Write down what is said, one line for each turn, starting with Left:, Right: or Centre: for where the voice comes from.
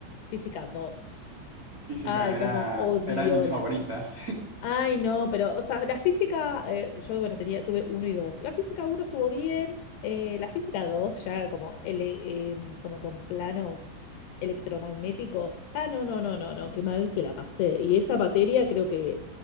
Left: física 2.
Right: Física
Left: Ay,
Right: era,
Left: cómo odio
Right: era de mis
Left: las
Right: favoritas.
Left: Ay, no, pero, o sea, la física, eh, yo, bueno, tenía, tuve uno y dos. La física uno estuvo bien, eh, la física dos ya como, ele- em, como con planos electromagnéticos. Ah, no, no, no, no, no, qué mal que la pasé. Y esa materia creo que